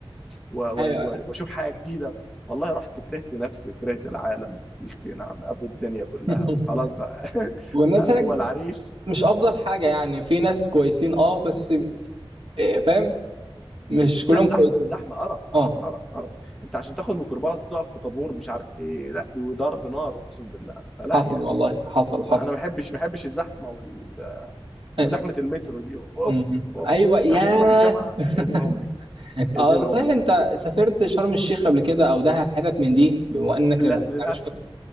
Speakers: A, in the centre; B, on the right.
A: و...
B: ايوه
A: و... واشوف حاجه جديده والله رحت كرهت نفسي وكرهت العالم قلت نعم ابو الدنيا كلها
B: <laughs>
A: وخلاص بقى <laughs>
B: والناس
A: لا
B: هناك
A: هو العريش
B: مش افضل
A: اه
B: حاجة يعني في ناس كويسين اه بس آه، فاهم مش كلهم
A: لا زحمه
B: كويسين
A: زحمه قرف قرف
B: اه
A: قرف قرف انت عشان تاخد ميكروباص بتقف في طابور مش عارف ايه لا وضرب نار اقسم بالله فلا
B: حصل
A: يعني
B: والله حصل حصل
A: انا ما بحبش ما بحبش الزحمه وال...
B: آه،
A: وزحمه المترو دي اوف
B: مم.
A: اوف
B: ايوه ياه
A: انت عشان تروح الجامعه
B: <laughs>
A: يا دين امي
B: اه
A: يا دين
B: صحيح
A: امي
B: انت سافرت شرم الشيخ قبل كده او دهب حتت من دي بما انك
A: لا للاسف
B: عارف كده